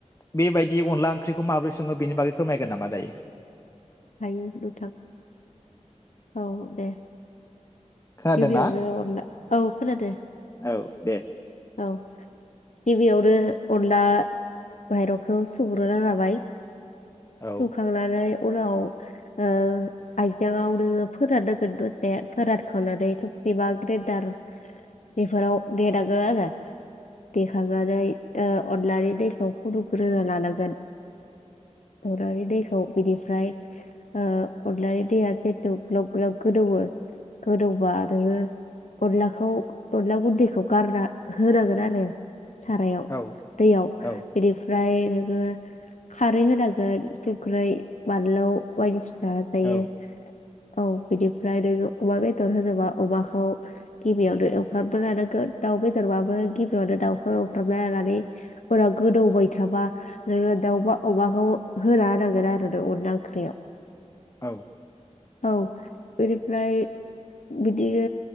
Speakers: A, on the left; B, on the left.
A: बेबायदि अनला ओंख्रिखौ माबोरै सङो बेनि बागै फोरमायगोन नामा दायो
B: हायो नोंथां औ दे
A: खोनादोंना
B: गिबियावनो अनला औ खोनादों
A: औ दे
B: औ गिबियावनो अनला माइरंखौ सुग्रोना लाबाय
A: औ
B: सुखांनानै उनाव ओ आइजांआव नो फोराननांगोन दसे फोरानखांनानै थबसिबा ग्रेदार बेफोराव दे <unintelligible> देखांनानै ओ अनलानि दैखौ फुदुंग्रोना लानांगोन अनलानि दैखौ बिनिफ्राय ओ अनलानि दैया जेत ग्लब ग्लब गोदौवो गोदौबा नोङो अनलाखौ अनला गुन्दैखौ गारना होनांगोन आरो सारायाव
A: औ
B: दैयाव
A: औ
B: बिनि ओमफ्राय नोङो खारै होनांगोन सुंख्रै बानलौ बाय जाजायो
A: औ
B: औ बिनिफ्राय नोङो अमा बेदर होनोबा अमाखौ गिबियावनो एवफ्रामनो लानांगोन दाउ बेदरबाबो गिबियावनो दाउखौ एवफ्रामना लानानै उनाव गोदौबाय थाबा नोङो दाउ अमाखौ होना होनांगोन आरो नों अनला ओंख्रियाव
A: औ
B: औ बेनिफ्राय बिदिनो